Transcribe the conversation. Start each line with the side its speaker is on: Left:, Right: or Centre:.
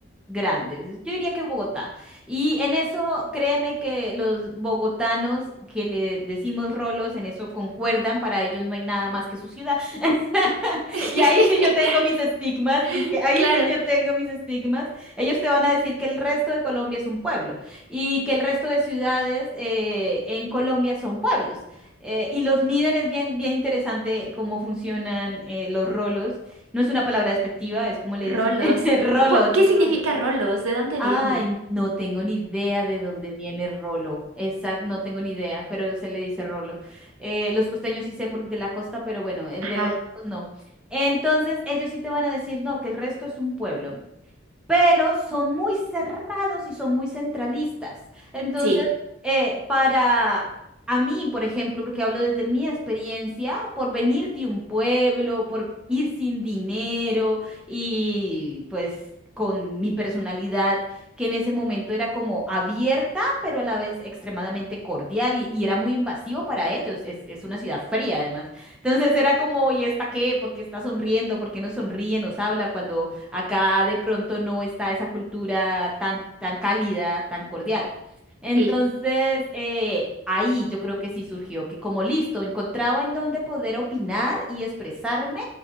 Centre: grandes. Yo diría que Bogotá. Y en eso, créeme que los bogotanos que le decimos rolos, en eso concuerdan, para ellos no hay nada más que su ciudad. <laughs>
Right: <laughs>
Centre: Y ahí sí yo tengo mis estigmas, dizque, ahí
Right: Claro,
Centre: sí yo tengo mis estigmas. Ellos te van a decir que el resto de Colombia es un pueblo y que el resto de ciudades eh, en Colombia son pueblos. Eh, y los miden, es bien, bien interesante cómo funcionan eh, los rolos. No es una palabra despectiva, es como le
Right: rolos.
Centre: dicen, <laughs> rolos,
Right: Po- po- ¿Qué significa
Centre: rolos.
Right: rolos? ¿De dónde viene?
Centre: Ay, no tengo ni idea de dónde viene Rolo. Exacto, no tengo ni idea, pero se le dice Rolo. Eh, los costeños sí sé por, de la costa, pero bueno, el
Right: Ajá,
Centre: de los rolos no. Entonces, ellos sí te van a decir, no, que el resto es un pueblo pero son muy cerrados y son muy centralistas. Entonces,
Right: sí,
Centre: eh, para a mí, por ejemplo, porque hablo desde mi experiencia, por venir de un pueblo, por ir sin dinero y pues con mi personalidad, que en ese momento era como abierta, pero a la vez extremadamente cordial y, y era muy invasivo para ellos. Es, es una ciudad fría, además. Entonces era como, ¿y esta qué? ¿Por qué está sonriendo? ¿Por qué no sonríe? ¿Nos habla cuando Acá de pronto no está esa cultura tan, tan cálida, tan cordial. Entonces,
Right: sí.
Centre: eh, ahí yo creo que sí surgió, que como listo, encontraba en dónde poder opinar y expresarme,